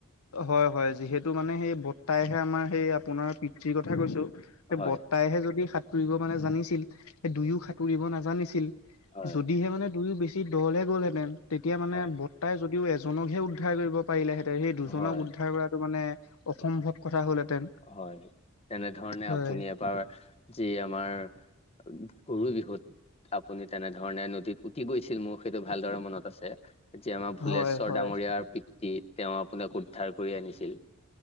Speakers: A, on the left (about 80°); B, on the left (about 25°).
A: হয় হয় যিহেতু মানে সেই বৰ্তাইহে আমাৰ সেই আপোনাৰ পিতৃৰ কথা কৈছো। সেই
B: হয়
A: বৰ্তাইহে যদি সাঁতুৰিব মানে জানিছিল সেই দুয়ো সাঁতুৰিব নাজানিছিল।
B: হয়
A: যদিহে মানে দুয়ো বেছি দঁ লে গ'লহেঁতেন তেতিয়া মানে
B: হয়
A: তাই যদিও এজনকহে উদ্ধাৰ কৰিব পাৰিলেহেঁতে, সেই দুজনক
B: হয়
A: উদ্ধাৰ কৰাটো মানে অসম্ভৱ কথা হ'লহেঁতেন।
B: হয়, তেনেধৰণে
A: হয়,
B: আপুনি এবাৰ যি আমাৰ গৰু বিহুত আপুনি তেনেধৰণে নদীত উটি গৈছিল মোৰ সেইটো ভালদৰে মনত আছে। যেতিয়া আমাৰ ভুলশ্বৰ
A: হয়, হয়,
B: ডাঙৰীয়াৰ পিতৃ তেওঁ আপোনাক উদ্ধাৰ কৰি আনিছিল।